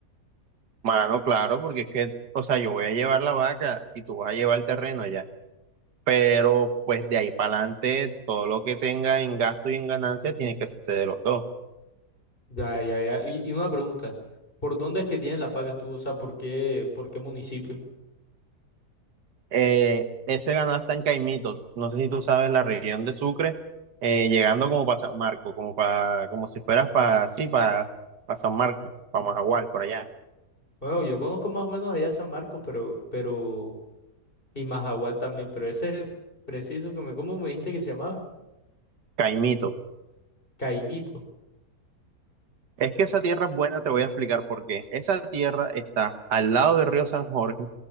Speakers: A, on the right (about 85°); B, on the left (about 30°).
A: Mano, claro, porque es que, o sea, yo voy a llevar la vaca y tú vas a llevar el terreno ya. pero pues de ahí para adelante todo lo que tenga en gasto y en ganancia tiene que ser de los dos.
B: Ya, ya, ya. Y, y una pregunta, ¿por dónde es que tienes las vacas tú? O sea, ¿por qué, por qué municipio?
A: Eh, ese ganado está en Caimito, no sé si tú sabes la región de Sucre, eh, llegando como para San Marco, como para, como si fueras para, sí, para, para San Marco, para Majagual, por allá,
B: Bueno, yo conozco más o menos allá San Marcos, pero, pero, y Majagual también, pero ese preciso que me, ¿cómo me dijiste que se llamaba?
A: Caimito.
B: Caimito.
A: Es que esa
B: Ah,
A: tierra es buena, te voy a explicar por qué. Esa tierra está al lado del río San Jorge,